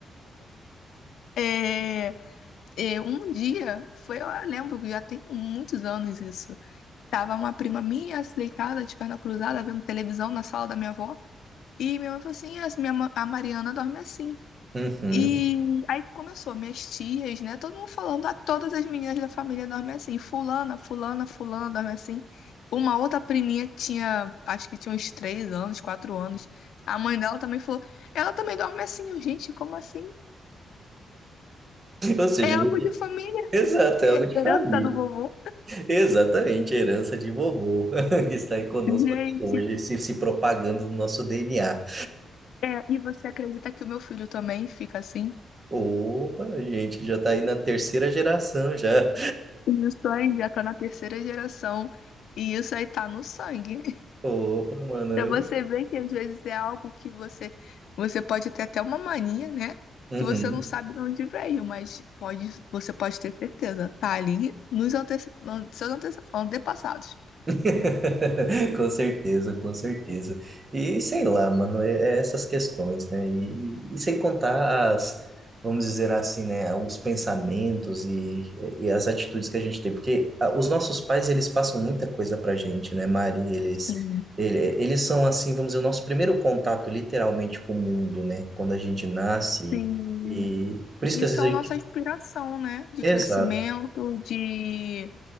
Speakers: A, on the left; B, on the right.
A: é, é, um dia, foi, eu lembro que já tem muitos anos isso. Tava uma prima minha deitada de perna cruzada, vendo televisão na sala da minha avó. E minha mãe falou assim: "Ah, minha ma- a Mariana dorme assim.
B: <laughs> Uhum.
A: E aí começou, minhas tias, né? Todo mundo falando, ah, todas as meninas da família dormem assim. Fulana, fulana, fulana dorme assim. Uma outra priminha que tinha, acho que tinha uns três anos, quatro anos. A mãe dela também falou, ela também dorme assim. Eu, gente, como assim?
B: Ou seja,
A: É
B: a
A: algo
B: gente-
A: de família,
B: exato,
A: é
B: é algo de
A: herança
B: família.
A: do vovô.
B: Exatamente, a herança de vovô, <laughs> que está aí conosco
A: Gente,
B: até hoje, se, se propagando no nosso DNA.
A: é, e você acredita que o meu filho também fica assim?
B: Opa, a gente, já está aí na terceira geração já.
A: E Isso aí já tá na terceira geração. E isso aí tá no sangue.
B: Opa, mano,
A: Pra
B: eu.
A: você ver que às vezes é algo que você você pode ter até uma mania, né?
B: Uhum.
A: Que você não sabe de onde veio, mas pode, você pode ter certeza, tá ali nos antece- an- seus antece- antepassados.
B: <laughs> Com certeza, com certeza. E sei lá, mano, é, é essas questões, né? E, e sem contar as, vamos dizer assim, né, os pensamentos e, e as atitudes que a gente tem, porque ah, os nossos pais, eles passam muita coisa pra gente, né, Mari? Eles,
A: Sim.
B: ele, eles são assim, vamos dizer, o nosso primeiro contato literalmente com o mundo, né? Quando a gente nasce
A: Sim.
B: e por isso
A: E
B: que às
A: são
B: vezes a gente...
A: nossa inspiração, né? De
B: exato
A: crescimento, de